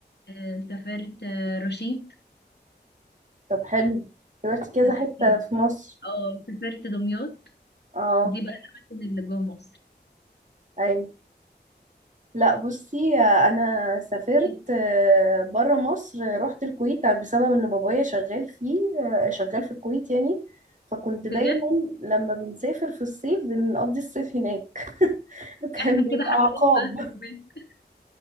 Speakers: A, on the left; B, on the right.
A: آه، سافرت آه، رشيد
B: طب حلو رحت كذا
A: سافرت
B: حتة في مصر
A: اه سافرت دمياط
B: اه
A: دي بقى الأماكن اللي جوه مصر
B: أيوة لا بصي انا سافرت
A: إيه،
B: آه، بره مصر رحت الكويت بسبب ان بابايا شغال فيه آه، شغال في الكويت يعني فكنت دايما
A: بجد
B: لما بنسافر في الصيف بنقضي الصيف هناك <laughs> كان
A: احنا
B: بيبقى
A: كده حبايب
B: عقاب
A: بقى خلي بالك